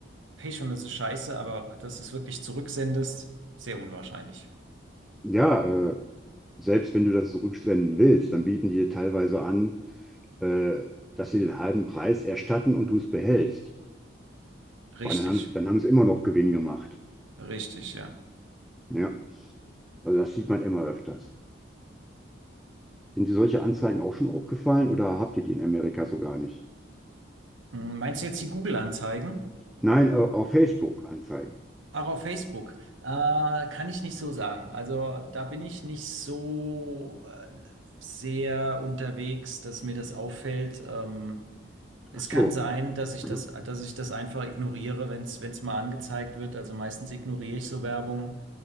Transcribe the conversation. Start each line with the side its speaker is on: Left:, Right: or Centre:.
Right: Pech und es ist scheiße, aber dass du es wirklich zurücksendest, sehr unwahrscheinlich.
Centre: Ja, äh, selbst wenn du das zurücksenden willst, dann bieten die dir teilweise an, äh, dass sie den halben Preis erstatten und du es behältst.
Right: Richtig.
Centre: Aber dann haben, sie- dann haben sie immer noch Gewinn gemacht.
Right: Richtig, ja.
Centre: Ja, also das sieht man immer öfters. Sind dir solche Anzeigen auch schon aufgefallen oder habt ihr die in Amerika so gar nicht?
Right: Hm, Meinst du jetzt die Google-Anzeigen?
Centre: Nein, äh, auf Facebook Anzeigen.
Right: Auch auf Facebook? Äh, kann ich nicht so sagen. Also da bin ich nicht so äh, sehr unterwegs, dass mir das auffällt. Ähm, es
Centre: Ach so.
Right: kann sein, dass ich
Centre: <clears throat>
Right: das, dass ich das einfach ignoriere, wenn es, wenn es mal angezeigt wird. Also meistens ignoriere ich so Werbung.